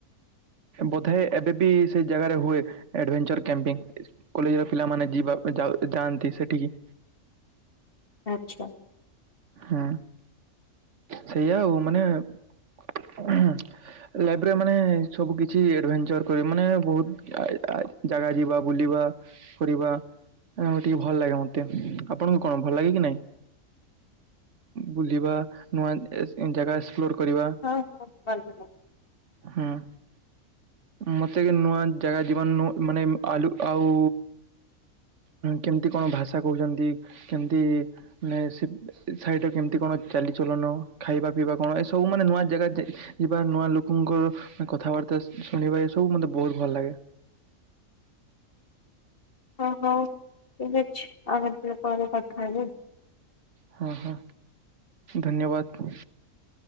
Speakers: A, on the right (about 60°); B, on the left (about 40°).
A: ବୋଧେ ଏବେ ବି ସେ ଜାଗାରେ ହୁଏ ଏଡଭେଞ୍ଚର କ୍ୟାମ୍ପିଙ୍ଗ। କଲେଜ ର ପିଲାମାନେ ଯିବା ଯାଉ ଯାଆନ୍ତି ସେଠିକି।
B: ଆଚ୍ଛା।
A: ହୁଁ ସେଇଆ ଆଉ ମାନେ <inaudible> ଲାଇଫ ରେ ମାନେ ସବୁକିଛି ଏଡଭେଞ୍ଚର କରିବ ମାନେ ବୋହୁତ <unintelligible> ଜାଗା ଯିବା ବୁଲିବା କରିବା ଆଁ ଟିକେ ଭଲ ଲାଗେ ମତେ। ଆପଣଙ୍କୁ କଣ ଭଲ ଲାଗେ କି ନାଇଁ? ବୁଲିବା ନୂଆ ଜାଗା ଏକ୍ସପ୍ଲୋର କରିବା।
B: ହଁ ହଁ ଭଲ
A: ହୁଁ ମତେ କି ନୂଆ ଜାଗା ଯୀବନ ମାନେ ଆଲୁ ଆଉ କେମତି କଣ ଭାଷା କହୁଛନ୍ତି କେମତି ମାନେ ସେ ସାଇଡରେ କେମତି କଣ ଚାଲିଚଲନ ଖାଇବା ପିଇବା କଣ, ଏ ସବୁ ମାନେ ନୂଆ ଜାଗା ଯିବା, ନୂଆ ଲୋକଙ୍କ କଥାବାର୍ତ୍ତା ଶୁଣିବା ଏ ସବୁ ମତେ ବହୁତ ଭଲ ଲାଗେ।
B: ଓ ହଉ ଠିକ୍ ଅଛି, <unintelligible> ପରେ କଥା ହେବି।
A: ହଁ ହଁ ଧନ୍ୟବାଦ।